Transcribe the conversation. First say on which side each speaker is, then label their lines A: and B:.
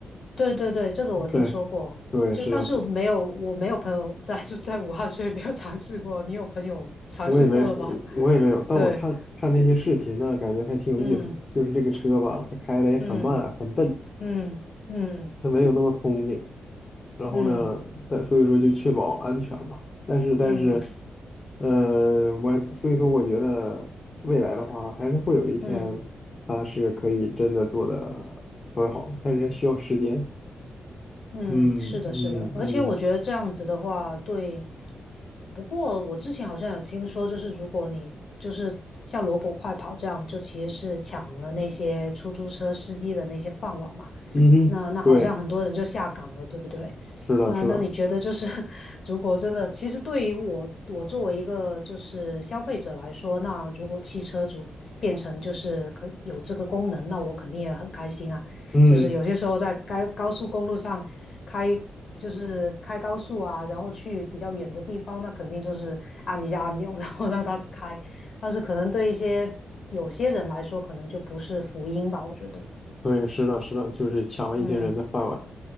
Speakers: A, on the left; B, on the left.
A: 对对对，这个我听说过，
B: 对对，
A: 就但是没有我没有朋友在住在武汉，
B: 是的，所以
A: 所以没有尝试过。你有朋友尝试过了吗？
B: 我也没我我也没有，
A: <laughs>
B: 但我看看那些视频呢，
A: 对，
B: 感觉还挺有意思的就是这个车吧，
A: 嗯
B: 它开的也很慢很笨，
A: 嗯嗯嗯。
B: 它没有那么聪明。然后呢，
A: 嗯
B: 但所以说就确保安全吧。但是但是，
A: 嗯
B: 呃，我所以说我觉得未来的话，还是会有一天它是可以真的做的很好的，
A: 嗯
B: 但是需要时间。
A: 嗯，
B: 嗯嗯嗯
A: 是的，是的，而且我觉得这样子的话，对。不过我之前好像有听说，就是如果你就是像萝卜快跑这样，就其实是抢了那些出租车司机的那些饭碗嘛。
B: 嗯哼，
A: 那那好像很多人就下岗了，
B: 对，
A: 对不对？
B: 是的，
A: 那那你觉得就是，
B: 是的，
A: <laughs> 如果真的，其实对于我我作为一个就是消费者来说，那如果汽车主变成就是可有这个功能，那我肯定也很开心啊。
B: 嗯，
A: 就是有些时候在该高速公路上开，就是开高速啊，然后去比较远的地方，那肯定就是按一下按钮，<laughs> 然后让它开。但是可能对一些有些人来说，可能就不是福音吧，我觉得。
B: 对，是的，是的，就是抢了一些人的饭碗，
A: 嗯。